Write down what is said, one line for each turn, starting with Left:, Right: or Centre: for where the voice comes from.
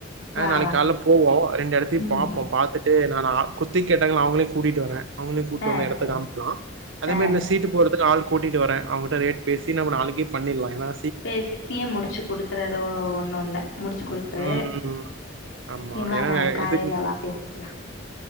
Left: வா
Right: ஆ நாளைக்கி
Left: வா
Right: கால்ல போவோ ரெண்டத்தையு
Left: ம்
Right: பாப்போ பாத்துட்டு நா குத்திக் கேட்டாங்கள்ல நா அவுங்களையு கூட்டிட்டு வரே அவுங்களையு கூப்ட்டு
Left: ஆ
Right: வந்த எடத்த
Left: சரி
Right: காம்க்லா அதே
Left: ஆ
Right: மேரி இந்த
Left: சரி
Right: சீட்டு போட்றத்துக்கு ஆள் கூட்டிட்டு வர அவ்ங்கிட்ட ரேட் பேசி நாம்ப நாளைக்கே பண்ணிர்லா ஏனா
Left: பே கிட்னயே முடிச்சு குடுத்துரத ஒன்னு இல்ல முடிச்சு குடுத்துரு
Right: ம் ம் ம் ஆமா
Left: நீ வா
Right: ஏன்னா
Left: நாளைக்கி
Right: நா
Left: காலையில
Right: இதுக்கு
Left: வா பேசிக்கலா